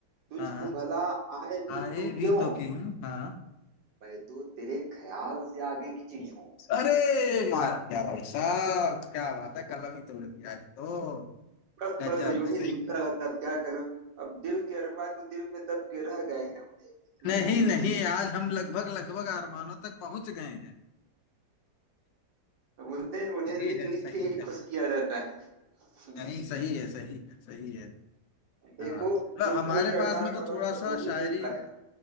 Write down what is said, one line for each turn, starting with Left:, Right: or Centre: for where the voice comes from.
Right: तुझको
Left: हाँ
Right: भला आए भी
Left: आए
Right: तो क्यों
Left: भी तो क्यों हाँ
Right: मैं तो तेरे ख्याल से आगे की चीज हूँ
Left: अरे मार दिया भाई साहब क्या बात है कलम ही तोड़ दिया आज तो
Right: बस
Left: गजब
Right: बस यूं ही
Left: सही।
Right: लिखता रहता अब क्या करो अब दिल के अरमां जो दिल में दब के रह गए हैं उन्हें
Left: नहीं
Right: लिख लिख
Left: नहीं
Right: के ही
Left: आज हम लगभग लगभग आरमानों तक पहुंच गए हैं
Right: अब उन्हें उन्हें
Left: सही
Right: लिख
Left: है
Right: लिख
Left: सही
Right: के ही
Left: है
Right: खुश किया रहता है <laughs>
Left: नहीं सही है सही है सही है
Right: देखो
Left: हाँ मतलब
Right: जो
Left: हमारे
Right: कल करना
Left: पास में
Right: था
Left: तो थोड़ा
Right: वह तो
Left: सा
Right: हो ही
Left: शायरी
Right: नहीं पाया